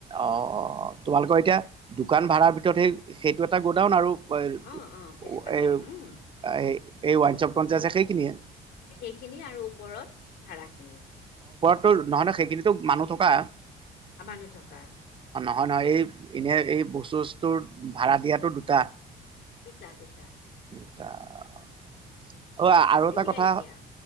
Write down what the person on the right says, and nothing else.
অ অ তোমালোকৰ এতিয়া দোকান ভাড়াৰ ভিতৰত সেই সেইটো এটা গোডাউন আৰু <unintelligible>
এই -এই ওৱান চপখনযে আছে সেইখিনিয়ে।
তোৰ নহয় ন' সেইখিনিতো মানুহ থকা।
হয় নহয় এই এনে এই বস্তু- চস্তৰ ভাড়া দিয়াতো দুটা।
<unintelligible> অ, আৰু
এটা
কথা